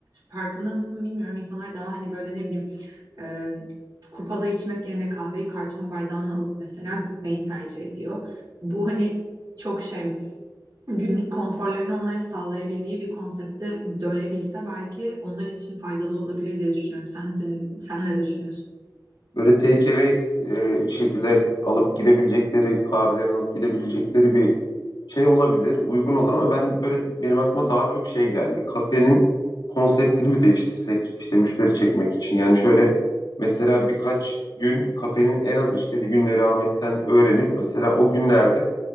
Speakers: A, on the right; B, on the left.
A: farkında mısın bilmiyorum. İnsanlar daha hani böyle ne bileyim e, kupada içmek yerine kahveyi karton bardağına alıp mesela gitmeyi tercih ediyor. Bu hani çok şey günlük konforlarını onlara sağlayabildiği bir konsepte dönebilse belki onlar için faydalı olabilir diye düşünüyorum. Sen de, sen ne düşünüyorsun?
B: Böyle take away e, şekilde alıp gidebilecekleri, kahvelerini alıp gidebilecekleri bir şey olabilir, uygun olur ama ben böyle benim aklıma daha çok şey geldi. Kafenin konseptini mi değiştirsek işte müşteri çekmek için? Yani şöyle mesela birkaç gün kafenin en az işlediği günleri Ahmet'ten öğrenip mesela o günlerde